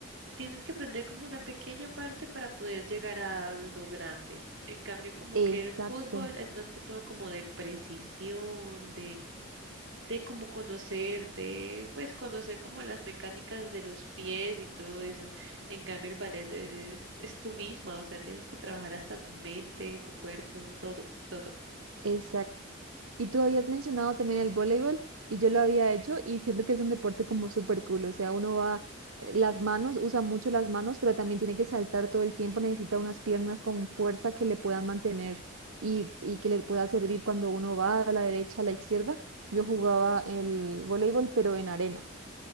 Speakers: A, on the right; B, on the right.
A: tienes que aprender como una pequeña parte para poder llegar a lo grande. En cambio, como
B: Exacto.
A: que el fútbol es más que todo como de precisión, de como conocerte, pues conocer como las mecánicas de los pies y todo eso. En cambio, el ballet eres, es tú misma, o sea, tienes que trabajar hasta tu mente, tu cuerpo, todo, todo.
B: Exacto. Y tú habías mencionado también el voleibol y yo lo había hecho y siento que es un deporte como súper cool, o sea, uno va, eh, las manos, usa mucho las manos, pero también tiene que saltar todo el tiempo, necesita unas piernas con fuerza que le puedan mantener y, y que le pueda servir cuando uno va a la derecha, a la izquierda. Yo jugaba el voleibol, pero en arena.